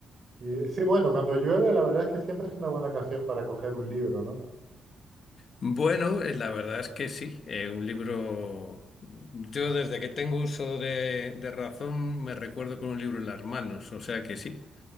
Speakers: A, on the right; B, on the left.
A: Y sí, bueno, cuando llueve, la verdad es que siempre es una buena ocasión para coger un libro, ¿no?
B: Bueno, eh, la verdad es que sí, eh, un libro, yo desde que tengo uso de, de razón me recuerdo con un libro en las manos, o sea que sí,